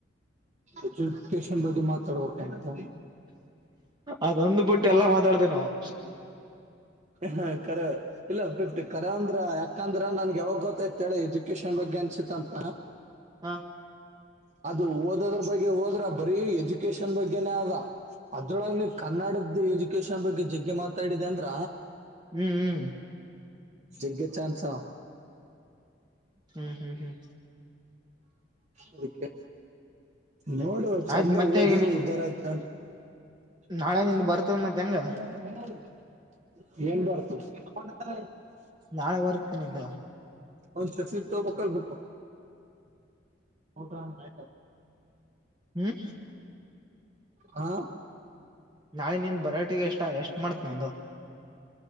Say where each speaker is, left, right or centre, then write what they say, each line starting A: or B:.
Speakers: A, on the right; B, on the right.
A: ಎಜುಕೇಶನ್ ಬದ ಮಾತಾಡ್ಬೇಕಾಯಂತು.
B: ಅದೊಂದು ಬಿುಟ್ಟು ಎಲ್ಲಾ ಮಾತಾಡ್ತೇವಿ ನಾವು.
A: ಹ ಕರ ಇಲ್ಲ ಫಿಫ್ಟಿ ಕರ ಅಂದ್ರ ಯಾಕ. ಅಂದ್ರ ನನ್ಗೆ ಯಾವಾಗ ಗೊತ್ತಾಯತ ಹೇಳಿ ಎಜುಕೇಶನ್ ಬಗ್ಗೆ ಅನ್ಸತ್ತ ಅಂತ.
B: ಹ
A: ಅದು ಓದದ್ರ ಬಗ್ಗೆ ಹೋದ್ರ ಬರೀ ಎಜುಕೇಶನ್ ಬಗ್ಗೆನೇ ಆದ. ಅದ್ರೊಳಗ್ ನೀ ಕನ್ನಡದ್ದ ಎಜುಕೇಶನ್ ಬಗ್ಗೆ ಜಗ್ಗೆ ಮಾತಾಡಿದೆ ಅಂದ್ರ.
B: ಹ್ಮ್ ಹ್ಮ್
A: ಜಗ್ಗೆ ಚಾನ್ಸ.
B: ಹ್ಮ್ ಹ್ಮ್ ಹ್ಮ್
A: ಅದಕ್ಕೆ ನೋಡು ಚಂದ
B: ಆಯ್ತ್ ಮತ್ತೆ
A: ಓದಿದ್ರೆ
B: ಈಗ ನೀ
A: ಉದಾರ ಆಯ್ತ. <unintelligible>
B: ನಾಳೆ ನಿಂದ ಬರ್ತದ ಮತ್ತೆ ಹೆಂಗ
A: ಏನ್ ಬರ್ತುತಾರೆ <unintelligible>
B: ನಾಳೆ ಬರ್ತೇನೆ ಇದು.
A: ಒಂದ ಸಕ್ಲಿಕ್ ತಬೇಕಕ್ಕಲ್ ಬಕ್ ಹಟತ
B: ಹ್ಮ್
A: ಹಾ
B: ನಾಳೆ ನಿನ್ ಬರೋಟಿಗೆ ಎಷ್ಟ ಎಷ್ಟ್ ಮಾಡತ್ ನಂದು